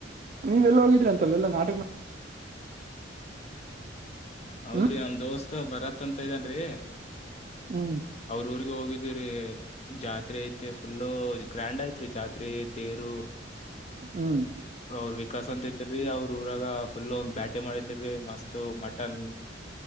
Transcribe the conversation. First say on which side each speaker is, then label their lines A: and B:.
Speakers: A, on the right; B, on the left.
A: ನೀವೆ ಎಲ್ಲ ಹೋಗಿದ್ರಿ ಅಂತಲ್ಲ ಎಲ್ಲ ನಾಟಕ
B: ಹೌದ್ರಿ
A: ಹ್ಮ್
B: ನಮ ದೋಸ್ತ್ ಬರತ್ ಅಂತ ಇದನ್ರಿ
A: ಹ್ಮ್
B: ಅವರ ಊರ್ಗೆ ಹೋಗಿದ್ರೀ ಜಾತ್ರೆ ಐತಿ ಫುಲ್ಲು ಗ್ರ್ಯಾಂಡ್ ಐತ್ರಿ ಜಾತ್ರೆ ತೇರು ಹ
A: ಹ್ಮ್
B: ಅವ್ರ ವಿಕಾಸ್ ಅಂತ ಇದ್ರಿ ಅವ್ರ ಊರಾಗ ಫುಲ್ ಒಂದ್ ಬ್ಯಾಟಿಂಗ ಮಾಡಿದ್ರೀ ಮಸ್ತ್ ಮ ತನ್